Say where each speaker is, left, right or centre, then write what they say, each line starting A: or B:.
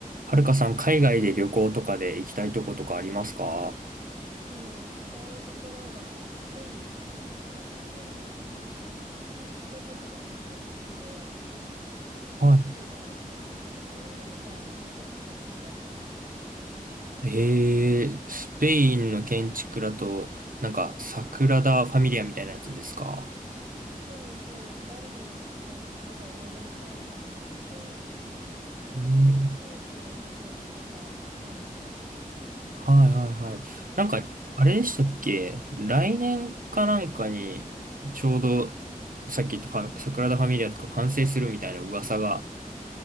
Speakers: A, on the right; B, on the right.
A: はるかさん、海外で旅行とかで行きたいとことかありますか
B: 今行きたいところはスペインを考えてて、あの、建築とかが結構好きで、なんかこうスペインにある建築とかいろいろ見たいなって思ってます。
A: はい。えー、スペインの建築だと、なんか、サグラダ・ファミリアみたいなやつですか
B: あ、そうです、そうです。ガウディの建築とかいろいろ見たいなって思ってて、なんかスペインっていろんな建築があるので
A: ねはいはいはい。
B: いいなと思って。
A: なんか、あれでしたっけ来年かなんかに、ちょうど、さっき言ったかサグラダ・ファミリアとか完成するみたいな噂が、